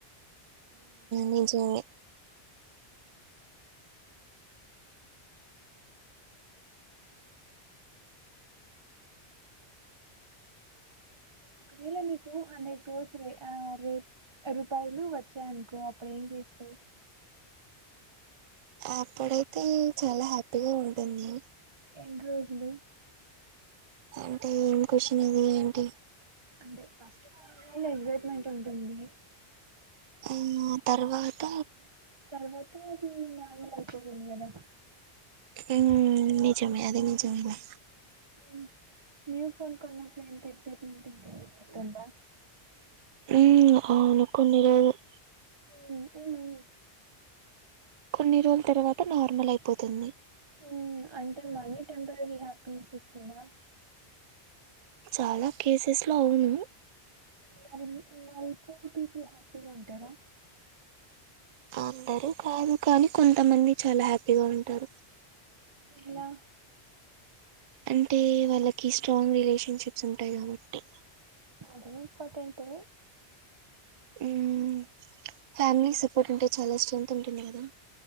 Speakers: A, on the right; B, on the right.
A: నీకేమి
B: ఒకవేళ నీకు హండ్రెడ్ క్రోర్స్ రే ఆ రే రూపాయలు వచ్చాయనుకో అప్పుడు ఏం చేస్తావ్
A: అప్పుడైతే చాలా హ్యాపీగా ఉంటుంది
B: ఎన్రోజులు
A: అంటే ఏం క్వశ్చన్ అది ఏంటి
B: అంటే ఫస్ట్ <unintelligible> ఎక్సైట్మెంట్ ఉంటుంది
A: అవునా తర్వాత
B: తర్వాత అది నార్మల్ అయిపోతుంది కదా
A: తింగ్ నిజమే అది నిజమే లే
B: హ్మ్ న్యూ ఫోన్ కొన్నప్పుడు ఎంత ఎక్సైట్మెంట్ ఉంటుందో గుర్తుందా
A: హ్మ్ అవును కొన్ని రోజులు
B: హ్మ్ హ్మ్
A: కొన్ని రోజుల తర్వాత నార్మల్ అయిపోతుంది
B: హ్మ్ అంటే మనీ టెంపరరీ హ్యాపీనెస్ ఇస్తుందా
A: చాలా కేసెస్ లో అవును
B: మరి మరి పూర్ పీపుల్ హ్యాపీగా ఉంటారా
A: అందరూ కాదు కానీ కొంతమంది చాలా హ్యాపీగా ఉంటారు
B: ఎలా
A: అంటే వాళ్ళకి స్ట్రాంగ్ రిలేషన్షిప్స్ ఉంటాయి కాబట్టి
B: అదీ ఇంపార్టెంటే
A: హ్మ్ ఫ్యామిలీ సపోర్ట్ ఉంటే చాలా సపోర్ట్ ఉంటుంది కదా